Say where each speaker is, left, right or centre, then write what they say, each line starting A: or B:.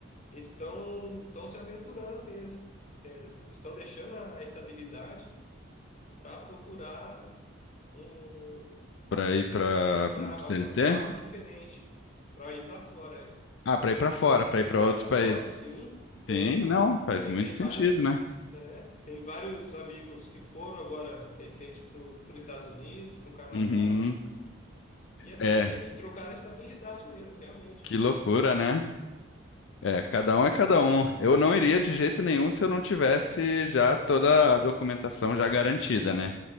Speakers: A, on the left; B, on the left.
A: estão, estão se aventurando mesmo, estão deixando a a estabilidade para procurar um
B: Para ir para
A: para
B: CLT?
A: procurar algo diferente, para ir para fora, é.
B: Ah, para ir para fora, para ir para
A: Para
B: outros
A: ir para
B: países.
A: fora, sim. Conheço,
B: Sim, não, faz
A: tem,
B: muito
A: tem
B: sentido,
A: vários,
B: né?
A: né? Tem vários amigos que foram agora recente para os Estados Unidos, para o Canadá,
B: Uhum.
A: e assim,
B: É,
A: e, e trocaram a estabilidade mesmo, realmente.
B: que loucura,
A: Era uma,
B: né? É, cada um é cada um. Eu não
A: é,
B: iria de jeito nenhum se eu não tivesse já toda a documentação já garantida, né?